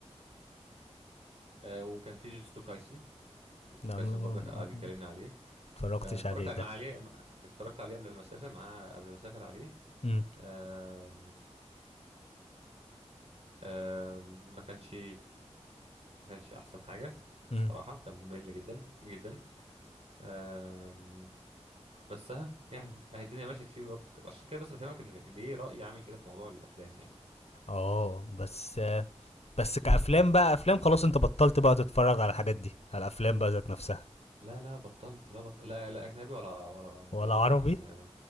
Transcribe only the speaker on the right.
آه وكان في جوجوتسو كايسن جوجوتسو
كايسن برضك قعد يكلمني عليه
آه اتفرجت
مع
عليه مع- اتفرجت عليه قبل ما اسافر معاه قبل ما اسافر عليه
آه... آه... ما كانش ما كانش احسن حاجه
بصراحه كان ممل جدا جدا آه... بس ها يعني ما هي الدنيا مشيت فيه برضه عشان كده بس بفهمك ان ليه رأيي عامل كده في موضوع الافلام يعني
لا لا بطلت لا بطل لا لا اجنبي ولا ولا ولا
عربي
ما...